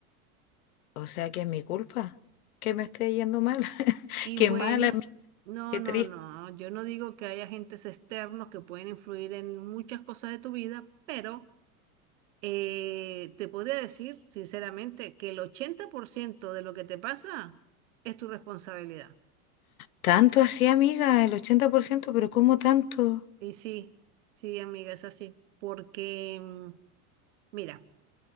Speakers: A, on the left (about 70°); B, on the right (about 55°).
A: o sea que es mi culpa que me esté yendo mal. <laughs>
B: Y
A: Qué
B: bueno,
A: mala, mi-
B: no,
A: qué
B: no,
A: triste.
B: no, yo no digo que haya agentes externos que pueden influir en muchas cosas de tu vida, pero Eh, te podría decir, sinceramente, que el 80% de lo que te pasa es tu responsabilidad.
A: Tanto así, amiga, el 80%, pero ¿cómo tanto?
B: Y sí, sí, amiga, es así. Porque, mm, mira,